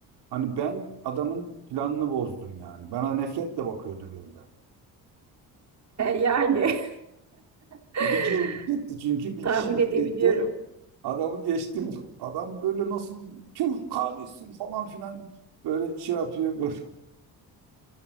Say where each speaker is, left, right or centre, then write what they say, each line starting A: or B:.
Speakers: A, on the right; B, on the right.
A: Hani ben adamın planını bozdum yani. Bana nefretle bakıyordu böyle.
B: yani <laughs>
A: Bir kişi gidecekti çünkü bir
B: tahmin
A: kişi gidecekti.
B: edebiliyorum.
A: Adamı geçtim. Adam böyle nasıl tüh kahretsin falan filan böyle şey yapıyor böyle.